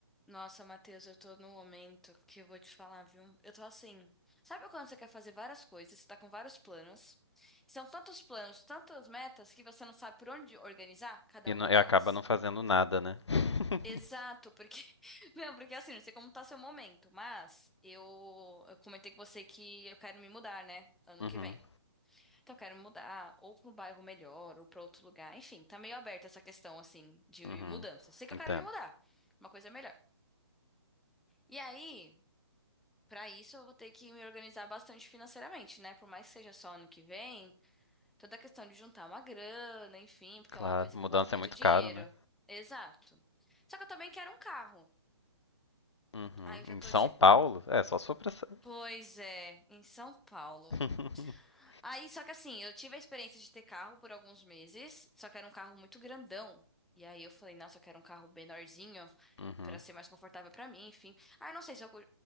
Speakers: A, in the centre; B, on the left.
A: Nossa, Matheus, eu tô no momento que eu vou te falar, viu? Eu tô assim. Sabe quando você quer fazer várias coisas, você tá com vários planos? São tantos planos, tantas metas que você não sabe por onde organizar cada
B: E,
A: uma
B: não-
A: delas?
B: e acaba não fazendo nada, né? <laughs>
A: Exato, porque. <laughs> Não, porque assim, não sei como tá seu momento, mas eu, eu comentei com você que eu quero me mudar, né? Ano
B: Uhum,
A: que vem. Então eu quero mudar ou pra um bairro melhor ou pra outro lugar. Enfim, tá meio aberta essa questão, assim, de
B: uhum.
A: mudança. Sei que
B: Entendo.
A: eu quero me mudar. Uma coisa melhor. E aí. Para isso, eu vou ter que me organizar bastante financeiramente, né? Por mais que seja só ano que vem, toda a questão de juntar uma grana, enfim, porque
B: Claro,
A: é uma coisa
B: mudança
A: que envolve muito
B: é muito
A: dinheiro.
B: caro, né?
A: Exato. Só que eu também quero um carro.
B: Uhum.
A: Aí eu já
B: Em
A: tô
B: São
A: tipo,
B: Paulo, é só sobressair.
A: pois é, em São Paulo.
B: <laughs>
A: Aí, só que assim, eu tive a experiência de ter carro por alguns meses, só que era um carro muito grandão. E aí eu falei, nossa, eu quero um carro menorzinho.
B: Uhum,
A: Pra ser mais confortável pra mim, enfim. Ah, eu não sei se eu co-